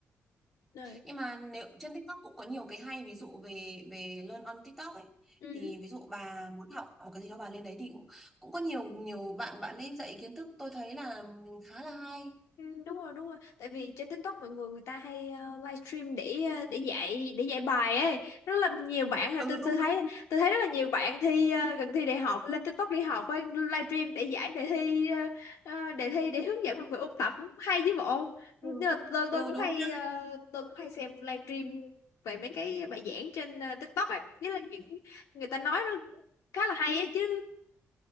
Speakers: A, on the left; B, in the centre.
A: Rồi.
B: nhưng mà nếu trên TikTok cũng có nhiều cái hay ví dụ về về learn on TikTok ấy
A: ừ.
B: thì ví dụ bà muốn học một cái gì đó bà lên đấy thì cũng, cũng có nhiều nhiều bạn bạn ấy dạy kiến thức tôi thấy là ừ, khá là hay
A: Ừ, đúng rồi đúng rồi tại vì trên TikTok mọi người người ta hay ờ, livestream để ờ, để dạy để dạy bài ấy rất là nhiều bạn
B: ừ
A: tôi
B: đúng
A: tôi thấy
B: đúng
A: tôi thấy rất là nhiều bạn thi ờ, gần thi đại học lên TikTok đi học ấy, livestream để giải đề thi ờ, ờ, đề thi để hướng dẫn mọi người ôn tập hay chứ bộ
B: ừ,
A: nhưng mà tôi
B: ừ
A: tôi cũng
B: đúng
A: hay
B: nha
A: ờ, tôi cũng hay xem livestream về mấy cái bài giảng trên ờ, TikTok ấy nhất là những người ta nói nó cũng khá là hay ấy chứ